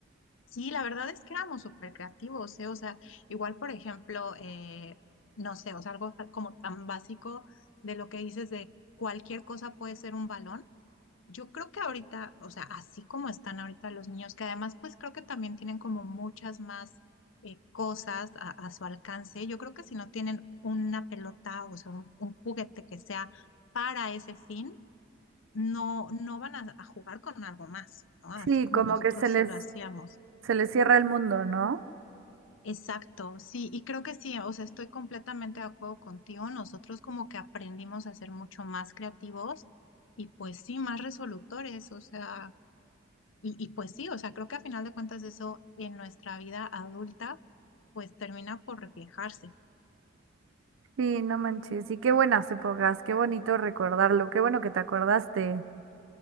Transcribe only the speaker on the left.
Sí, la verdad es que éramos súper creativos, ¿eh? O sea, igual por ejemplo, eh, no sé, o sea, algo ta- como tan básico de lo que dices de cualquier cosa puede ser un balón. Yo creo que ahorita, o sea, así como están ahorita los niños, que además pues creo que también tienen como muchas más eh, cosas a, a su alcance, yo creo que si no tienen una pelota, o sea, un, un juguete que sea para ese fin, no, no van a, a jugar con algo más, ¿no? Así
como
nosotros
sí lo hacíamos.
Exacto, sí, y creo que sí, o sea, estoy completamente de acuerdo contigo, nosotros como que aprendimos a ser mucho más creativos y pues sí, más resolutores, o sea... Y, y pues sí, o sea, creo que a final de cuentas eso en nuestra vida adulta pues termina por reflejarse.